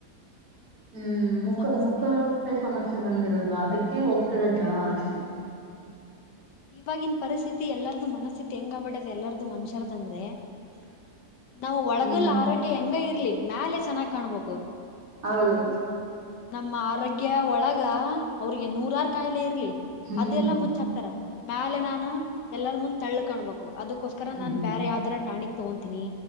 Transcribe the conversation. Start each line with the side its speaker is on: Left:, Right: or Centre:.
Right: ಹುಂ
Left: ಚರ್ಮ
Right: ಮುಖ
Left: ಸಮಸ್ಯೆ
Right: ಮುಖಾ ಮ ಸಮಸ್ಯೆ ಬಂದಿರೋದು ಅದಕ್ಕೆ ಹೋಗ್ತರ ಜಾಸ್ತಿ
Left: ಇವಾಗಿನ್ ಪರಿಸ್ಥಿತಿ ಎಲ್ಲಾರ್ದು ಮನಸ್ಥಿತಿ ಹೆಂಗ ಆಗ್ಬಿಡ್ ಎಲ್ಲಾರದು ಮನ್ಷ್ಯರ್ದಂದ್ರೆ
Right: <inaudible>
Left: ನಾವು ಒಳಗಲ್
Right: ಹ್ಮ್
Left: ಆರೋಗ್ಯ ಹೆಂಗ ಇರ್ಲಿ ಮ್ಯಾಲೆ ಚೆನ್ನಾಗ್ ಕಾಣ್ಬೇಕು
Right: ಹೌದು
Left: ನಮ್ಮ ಆರೋಗ್ಯ ಒಳಗ ಅವ್ರಿಗೆ ನೂರಾರ ಕಾಯಿಲೆ ಇರ್ಲಿ
Right: ಹ್ಮ್
Left: ಅದೆಲ್ಲ ಮ ಮುಚ್ಕ್ತರ ಮ್ಯಲೆ ನಾನು ಎಲ್ಲರ ಮುಂದ್ ತೆಳ್ಳ ಕಾಣಬೇಕು ಅದಕ್ಕೋಸ್ಕರ
Right: ಹ್ಮ್
Left: ನಾನ್ ಬೇರೆ
Right: ಹ್ಮ್
Left: ಯಾವ್ದರ ಟಾಣಿಕ್ ತಗೋತೀನಿ